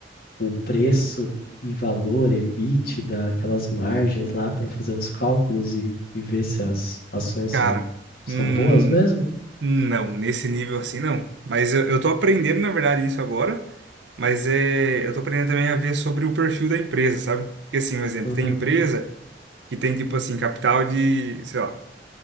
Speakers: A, on the left (about 55°); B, on the right (about 70°).
A: o preço e valor, EBITDA, aquelas margens lá para fazer os cálculos e, e ver se as ações
B: Cara.
A: são, são
B: Hum,
A: boas mesmo?
B: Não, nesse nível assim não. Mas eu, eu tô aprendendo, na verdade, isso agora. Mas é, eu tô aprendendo também a ver sobre o perfil da empresa, sabe? Porque assim, um exemplo,
A: Uhum.
B: tem empresa que tem tipo assim, capital de, sei lá,